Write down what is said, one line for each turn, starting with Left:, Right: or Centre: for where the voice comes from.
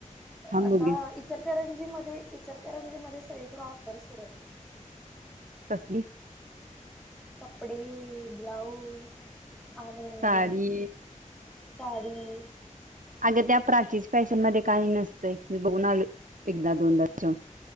Right: थांबू
Centre: आता
Right: घे.
Centre: इचार करण इतरंजी मध्ये सगळीकडे ऑफररू आहेत
Right: सली
Centre: कपडे ब्लाउज आणि
Right: साडी
Centre: साडी
Right: अग त्या प्राची फॅशन मध्ये काही नसतंय मी बघून आलो एकदा दोनदा